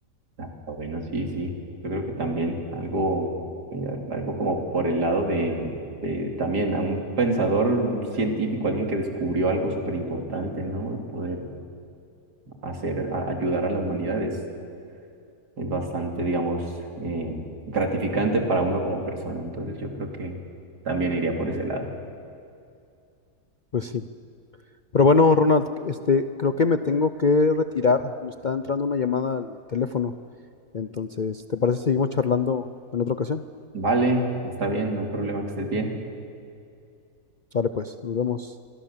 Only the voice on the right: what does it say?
Ah, bueno, sí, sí. Yo creo que también algo, eh, algo como por el lado de, de también a un pensador, un científico, alguien que descubrió algo súper importante, ¿no? Poder hacer, a- ayudar a la humanidad es, es bastante, digamos, eh, gratificante para uno como persona. Entonces yo creo que también iría por ese lado.
Vale, está bien, no hay problema que estés bien.